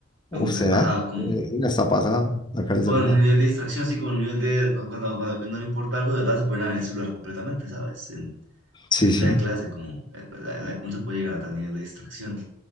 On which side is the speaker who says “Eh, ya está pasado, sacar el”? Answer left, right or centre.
Left